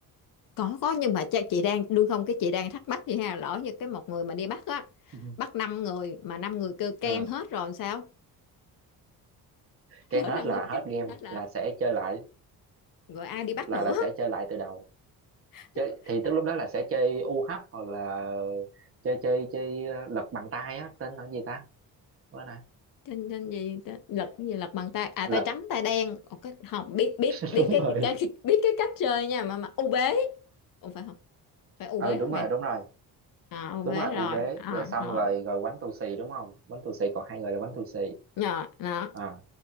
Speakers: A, on the left; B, on the right.
A: có có nhưng mà cha chị đang đúng không cái chị đang thắc mắc vậy ha lỡ như cái một người mà đi bắt á
B: Ừ.
A: bắt năm người mà năm người kêu keng
B: Ờ,
A: hết rồi làm sao <laughs>
B: Cái
A: lỡ
B: hết
A: năm
B: là
A: người
B: hết
A: kêu
B: game
A: keng hết là
B: là sẽ chơi lại
A: rồi ai đi bắt
B: là
A: nữa
B: là sẽ chơi lại từ đầu
A: <laughs>
B: chơi thì tức lúc đó là sẽ chơi u UH hoặc là chơi chơi chơi ờ, lật bằng tay á tên là cái gì ta bữa nay
A: trên trên gì ta- lật cái gì lật bằng tay à tay
B: lật
A: trắng tay đen Ồ, cái không biết biết
B: <laughs>
A: biết
B: đúng
A: cái,
B: rồi
A: cái, cái biết cái cách chơi nha mà mà u bế Ủa phải không phải u
B: ừ
A: bế
B: đúng
A: không
B: rồi
A: em
B: đúng rồi
A: à u
B: đúng
A: bế
B: rồi
A: rồi
B: u bế
A: à
B: rồi xong
A: rồi
B: rồi rồi quánh tù xì đúng không quánh tù xì còn hai người là quánh tù xì
A: nhờ đó
B: à